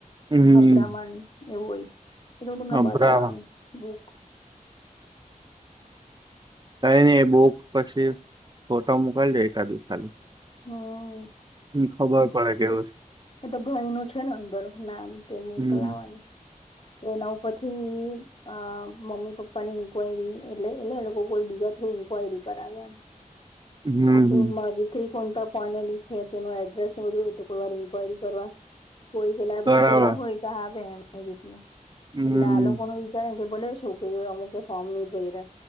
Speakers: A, on the right; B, on the left.
A: હમ
B: અબ્રમન એવું હોય તોલે હું તમને
A: અભરાવા
B: બતાવાની બુક
A: કઈ નને એ બુક પછી ફોટો મોકલજો એકાદિવ ખાલી
B: હા
A: ખબર પડે કેવું છે
B: એ તો ભાઈ ન છે ને અંદર નામ તે મોકલાવાનું
A: હમ
B: એના પછી મમ્મી પપ્પા ની ઇન્કવાયરી એટલે એને એ લોકો કોઈ બીજા થયું કયરી કરાવ્યા
A: હમ
B: આપે
A: હમ
B: ઉરી સ્ત્રી કોતા પોલી છે તો એનું એડ્રેસ જોય તો કોઈ વાર ન્ક્વાયરી કરવા હોઈ પેલા બહ
A: બરાબર
B: પેલા હોોયીુંલેાલ
A: હમ
B: કોણ ક ભો છોકરીઓમ સામની ભય